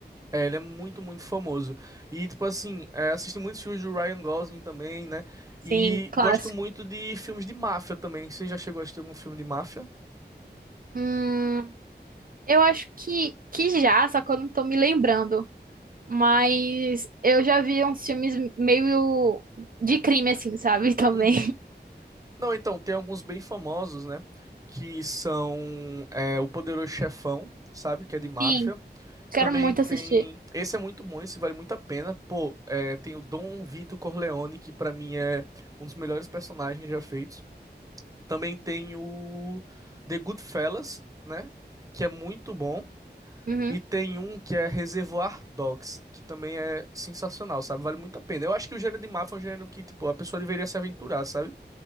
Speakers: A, on the right; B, on the right.
A: É, ele é muito, muito famoso. E, tipo assim, é, assisti muitos filmes do Ryan Gosling também, né?
B: Sim,
A: E
B: clássico.
A: gosto muito de filmes de máfia também. Você já chegou a assistir algum filme de máfia?
B: Hum, eu acho que, que já, só que eu não tô me lembrando. Mas eu já vi uns filmes meio de crime, assim, sabe? <laughs> Também.
A: Uhum. Não, então, tem alguns bem famosos, né? Que são é, O Poderoso Chefão, sabe? Que é de máfia.
B: Sim, quero
A: Também
B: muito
A: tem.
B: assistir.
A: Esse é muito bom, esse vale muito a pena. Pô, é, tem o Dom Vito Corleone, que pra mim é um dos melhores personagens já feitos. Também tem o The Goodfellas, né? Que é muito bom.
B: Uhum.
A: E tem um que é Reservoir Dogs, que também é sensacional, sabe? Vale muito a pena. Eu acho que o gênero de máfia é um gênero que, tipo, a pessoa deveria se aventurar, sabe?